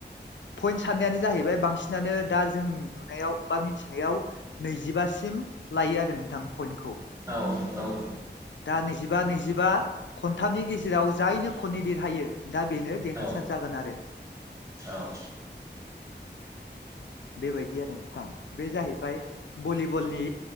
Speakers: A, on the left; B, on the right.
A: पइन्ट साननायानो जाहैबाय बांसिनानो दा जोंनि नुनायाव बा मिथिनायाव नैजिबासिम लायो आरो नोंथां पइन्टखौ
B: औ औ।
A: दा नैजिबा नैजिबा खनथामनि गेजेराव जायनो खननै देरहायो दा बेनो देरहासार
B: औ
A: जागोन आरो
B: औ
A: बेबायदि आरो नोंथां बे जाहैबाय भलिबलनि